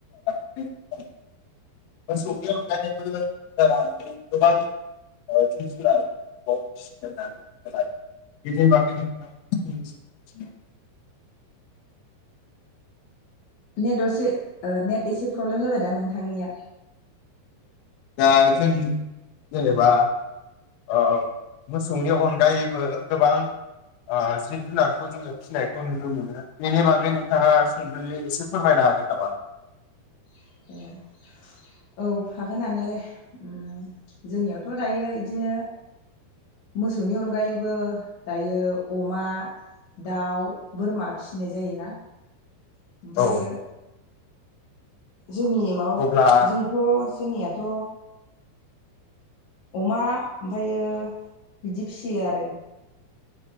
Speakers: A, on the left; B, on the left.
A: <unintelligible> <unintelligible> मोसौनि अनगायैबो जानो हागौ गोबां ओ जिब जुनार ओ फिसिनो <unintelligible>
B: नेट असे ओ नेट एसे प्रब्लेम जाबायदां नोंथांनिया
A: दा जों जेनेबा ओ मोसौनि अनगायैबो गोबां ओ जिब जुनारखौ जोङो फिसिनायखौ नुनो मोनो बेनि बागै नोंथाङा सुंद'यै एसे फोरमायना हागोन नामा?
B: <unintelligible> औ हागोन हानायालाय उम जोंनियावथ' दायो इद दिनो मोसौनि अनगायैबो दायो अमा, दाउ, बोरमा, फिसिनाय जायोना ओमफायो
A: औ
B: जोंनि माबाब
A: अब्ला
B: जोंथ' जोंनिया थ अमा ओमफायो बिदि फिसियो आरो